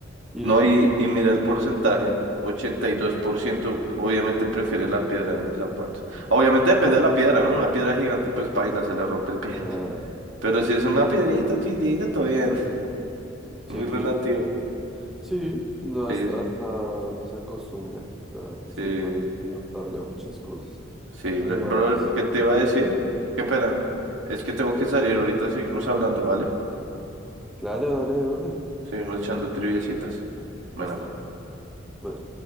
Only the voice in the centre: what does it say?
y
lo que
tú.
<laughs>
Llegué
Sí, no,
hasta,
hasta uno se acostumbra, o sea, se
manda a muchas cosas.
Sin
embargo,
sí,
claro, dale de una.
Listo. Bueno,